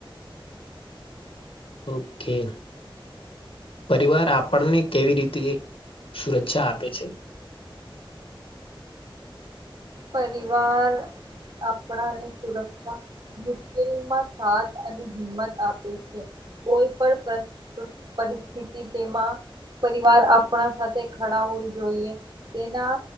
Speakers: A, on the left (about 80°); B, on the right (about 60°).
A: ઓકે પરિવાર આપણને કેવી રીતે સુરક્ષા આપે છે
B: પરિવાર આપણાને સુરક્ષા મુશ્કેલીમાં સાથ અને હિંમત આપે છે, કોઈ પણ પ્રશ્ન પરિસ્થિતિ તેમાં પરિવાર આપણા સાથે ખડા હોવી જોઈએ તેના